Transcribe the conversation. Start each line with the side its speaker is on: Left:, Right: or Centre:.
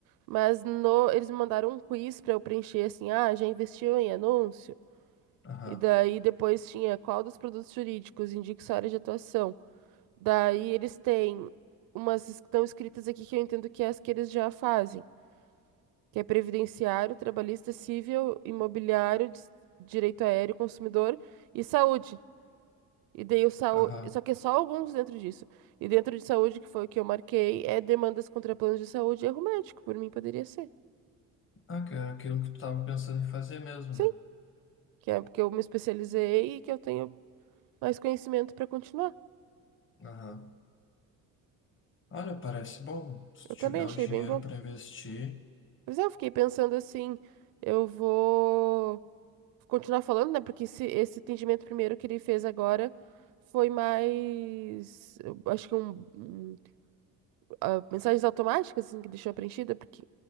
Right: mas no, eles me mandaram um quiz pra eu preencher assim: ah, já investiu em anúncio?
Left: Aham.
Right: E daí depois tinha qual dos produtos jurídicos indica sua área de atuação. Daí eles têm umas que estão escritas aqui que eu entendo que é as que eles já fazem. que é previdenciário, trabalhista, civil, imobiliário, dis- direito aéreo, consumidor e saúde. E daí o saúde,
Left: Aham.
Right: só que é só alguns dentro disso. E dentro de saúde, que foi o que eu marquei, é demandas contra planos de saúde e erro médico, por mim poderia ser.
Left: Ah, que é aquilo que tu tava pensando em fazer mesmo,
Right: Sim,
Left: né?
Right: que é porque eu me especializei e que eu tenho mais conhecimento para continuar.
Left: Aham. Olha, parece bom. Se
Right: Eu
Left: tu
Right: também
Left: tiver
Right: achei
Left: o dinheiro
Right: bem bom.
Left: para investir.
Right: Mas é, eu fiquei pensando assim, eu vou continuar falando, né? Porque esse, esse atendimento primeiro que ele fez agora foi mais, eu acho que um, um- ah, mensagens automáticas assim que deixou preenchida, porque